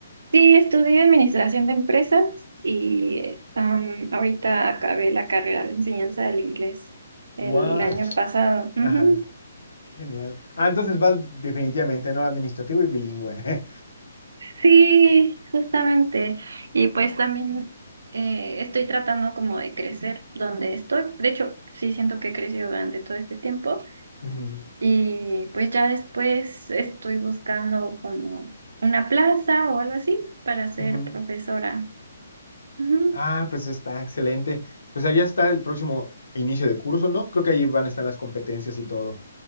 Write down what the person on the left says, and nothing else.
What?
Ajá, qué genial. Ah, entonces vas definitivamente, ¿no? Administrativo y bilingüe. <laughs>
Ujú,
ujú.
Ah, pues está excelente. Pues allá está el próximo inicio de curso, ¿no? Creo que allí van a estar las competencias y todo.